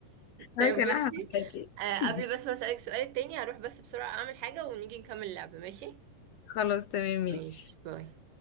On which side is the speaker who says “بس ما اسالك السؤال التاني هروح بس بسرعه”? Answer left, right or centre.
Right